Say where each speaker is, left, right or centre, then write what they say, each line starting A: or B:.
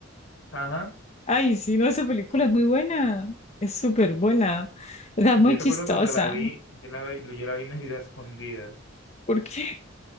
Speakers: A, on the left; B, on the left.
A: Ajá.
B: Ay, sí, no, esa película es muy buena, es súper buena, es
A: Yo
B: muy chistosa,
A: recuerdo cuando la vi, yo la, vi- yo la vi medio a escondidas,
B: porque,